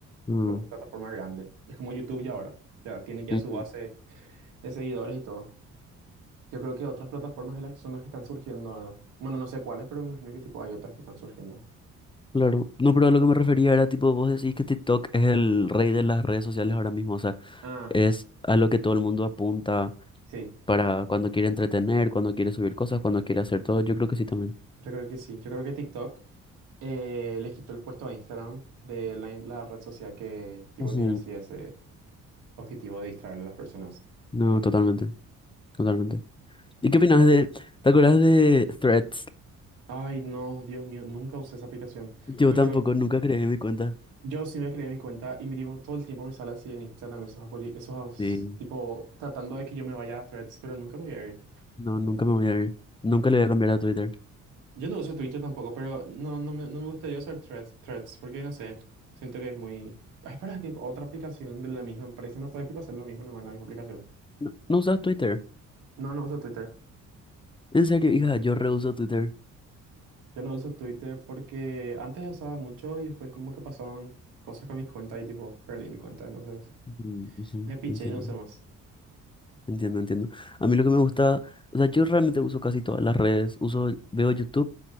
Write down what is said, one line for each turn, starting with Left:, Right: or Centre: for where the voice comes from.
Left: Mm.
Right: como plataforma grande. Es como YouTube ya ahora, ya tiene ya
Left: Ujú,
Right: su base de seguidores y todo. Yo creo que otras plataformas de las- son las que están surgiendo ahora. Bueno, no sé cuáles, pero me imagino que tipo hay otras que están surgiendo.
Left: Claro. No, pero a lo que me refería era tipo, vos decís que TikTok es el rey de las redes sociales ahora mismo, o sea,
Right: Ah,
Left: es a lo que todo el mundo apunta
Right: sí,
Left: para cuando quiere entretener, cuando quiere subir cosas, cuando quiere hacer todo. Yo creo que sí también.
Right: yo creo que sí. Yo creo que TikTok eh, le quitó el puesto a Instagram de la, in- la red social que tipo
Left: Ujú.
Right: tiene así ese objetivo de distraerle a las personas.
Left: No, totalmente, totalmente. ¿Y qué opinas de, te acuerdas de Threads?
Right: Ay, no, Dios mío, nunca usé esa aplicación.
Left: Yo
Right: Me
Left: tampoco,
Right: acuerdo,
Left: nunca creé mi cuenta.
Right: yo sí me creé mi cuenta y mi tipo, todo el tiempo me sale así en Instagram esos, apoli- esos
Left: Sí.
Right: tipo tratando de que yo me vaya a Threads, pero nunca me voy a ir.
Left: No, nunca me voy a ir. Nunca le voy a cambiar a Twitter.
Right: Yo no uso Twitter tampoco, pero no, no me, no me gustaría usar Threads, Threads, porque no sé, siento que es muy... Ay, espera, que otra aplicación de la misma empresa no puede hacer lo mismo nomás en la misma aplicación.
Left: No, ¿no usas Twitter.
Right: No, no uso Twitter.
Left: En serio, hija, yo reuso Twitter.
Right: Yo no uso Twitter porque antes usaba mucho y después como que pasaron cosas con mi cuenta y tipo perdí mi cuenta, entonces
Left: Ujú, ujú,
Right: me piché
Left: Entiendo.
Right: y no usé más.
Left: Entiendo, entiendo. A mí lo que me gusta, o sea, yo realmente uso casi todas las redes. Uso, veo YouTube,